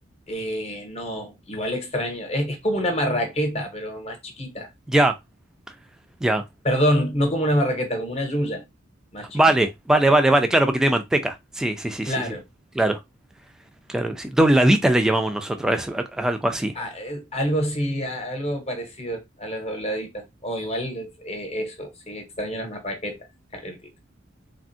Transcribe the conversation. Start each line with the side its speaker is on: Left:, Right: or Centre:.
Left: eh, no, igual extraño. Es, es como una marraqueta, pero más chiquita.
Centre: Ya, ya.
Left: Perdón, no como una marraqueta, como una yuya, más chiquita.
Centre: Vale, vale, vale, vale. Claro, porque tiene manteca. Sí, sí, sí,
Left: Claro.
Centre: sí, sí. Claro, claro que sí. Dobladitas le llamamos nosotros a, ese- a- a algo así.
Left: a- eh, algo sí, a- algo parecido a las dobladitas. O igual eh, eso, sí, extraño las marraquetas calentitas.